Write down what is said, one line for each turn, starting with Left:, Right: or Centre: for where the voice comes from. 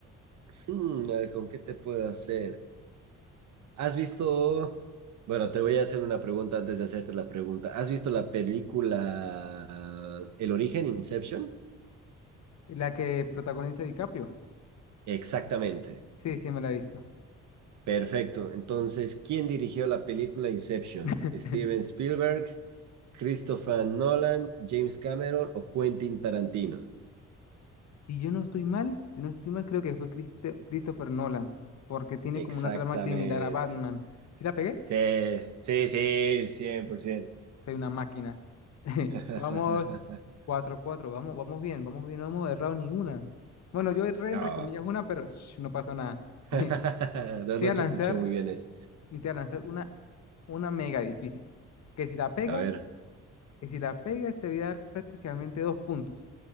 Right: Hmm, a ver, ¿con qué te puedo hacer? ¿Has visto... Bueno, te voy a hacer una pregunta antes de hacerte la pregunta. ¿Has visto la película El origen, Inception?
Left: La que protagoniza DiCaprio.
Right: Exactamente.
Left: Sí, sí, me la he visto.
Right: Perfecto. Entonces, ¿quién dirigió la película Inception?
Left: <laughs>
Right: ¿Steven Spielberg, Christopher Nolan, James Cameron o Quentin Tarantino?
Left: Si yo no estoy mal, si no estoy mal, creo que fue Christe- Christopher Nolan, porque tiene
Right: Exactamente.
Left: como una trama similar a Batman. ¿Sí la pegué?
Right: Sí, sí, sí, 100%.
Left: Soy una máquina. <laughs>
Right: <laughs>
Left: Vamos cuatro cuatro Vamos, vamos bien, vamos bien. No hemos errado ni una. Bueno, yo erré
Right: No.
Left: entre comillas una, pero sh, no pasó nada. <laughs> Te
Right: <laughs> no,
Left: voy
Right: no
Left: a lanzar,
Right: te escuché muy bien eso.
Left: y te voy a lanzar una, una mega difícil. Que si la pegas,
Right: A ver.
Left: que si la pegas, te voy a dar prácticamente dos puntos.